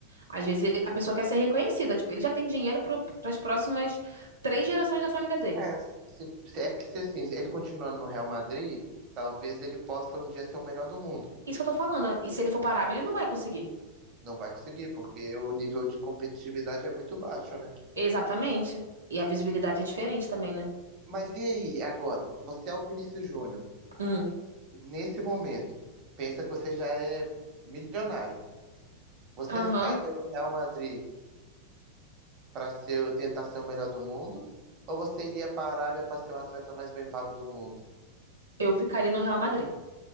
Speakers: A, on the right; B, on the right.
A: Às vezes ele, a pessoa quer ser reconhecida, tipo, ele já tem dinheiro para as próximas três gerações da família dele.
B: É, se, se- é que se assim, ele continuando no Real Madrid, talvez ele possa um dia ser o melhor do mundo.
A: Isso que eu tô falando. E se ele for parar, ele não vai conseguir.
B: Não vai conseguir, porque o nível de competitividade é muito baixo, né?
A: Exatamente. E a visibilidade é diferente também, né?
B: Mas e aí, agora? Você é o Vinícius Júnior.
A: Hum.
B: Nesse momento, pensa que você já é milionário. Você
A: Aham.
B: ficaria no Real Madrid para ser, tentar ser o melhor do mundo? Ou você iria para a Arábia para ser o atleta mais bem pago do mundo?
A: Eu ficaria no Real Madrid.